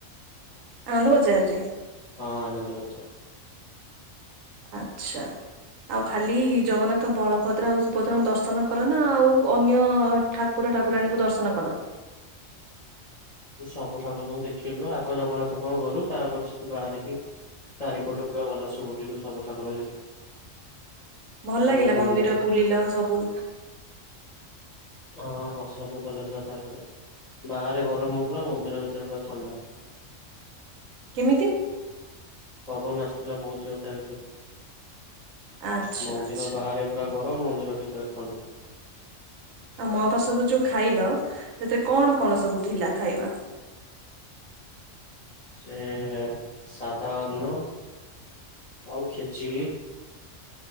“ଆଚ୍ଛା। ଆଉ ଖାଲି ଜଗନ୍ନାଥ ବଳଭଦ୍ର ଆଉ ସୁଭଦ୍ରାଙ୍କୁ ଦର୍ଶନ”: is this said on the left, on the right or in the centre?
Right